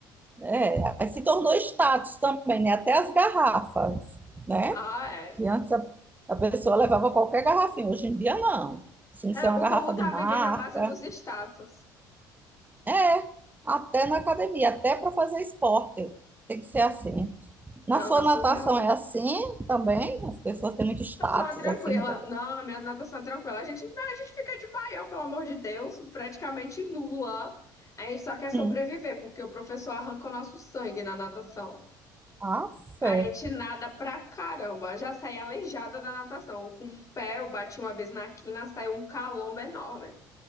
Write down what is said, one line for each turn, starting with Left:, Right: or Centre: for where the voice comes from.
Right: é, se tornou status também, né? Até as garrafas, né?
Left: Ah, é.
Right: Que antes a, a pessoa levava qualquer garrafinha, hoje em dia não. Se não
Left: É,
Right: ser uma
Left: o
Right: garrafa
Left: povo tá
Right: de marca,
Left: vivendo à base dos status.
Right: é, até na academia, até para fazer esporte. Tem que ser assim. Na
Left: Não,
Right: sua
Left: tá surreal.
Right: natação é assim também? As pessoas têm muito status,
Left: Natação é tranquila.
Right: assim, muita coisa.
Left: Não, a minha natação é tranquila. A gente, a gente fica de maiô, pelo amor de Deus, praticamente nula. A gente só quer sobreviver,
Right: Hum.
Left: porque o professor arranca o nosso sangue na natação.
Right: Ah, fé.
Left: A gente nada pra caramba. Já saí aleijada da natação. Com o pé, eu bati uma vez na quina, saiu um calombo enorme.